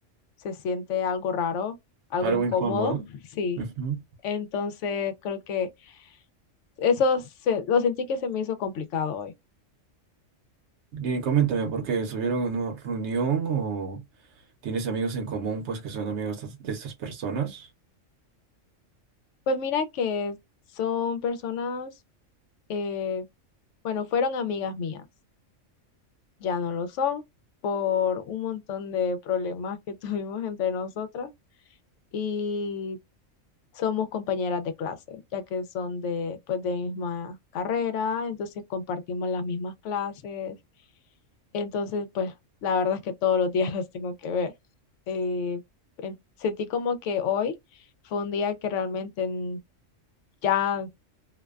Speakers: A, on the left; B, on the right.
A: se siente algo raro, algo
B: Algo
A: incómodo,
B: incómodo.
A: <laughs> sí.
B: Ujú.
A: Entonces creo que eso se- lo sentí que se me hizo complicado hoy.
B: Y coméntame, ¿por qué subieron a una reunión o tienes amigos en común pues que son amigos de estas de estas personas?
A: Pues mira que son personas eh, bueno, fueron amigas mías, ya no lo son por un montón de problemas que <laughs> tuvimos entre nosotras y somos compañeras de clase, ya que son de, pues, de misma carrera, entonces compartimos las mismas clases, entonces pues la verdad es que todos los días <laughs> las tengo que ver. Eh, en- sentí como que hoy fue un día que realmente mm, ya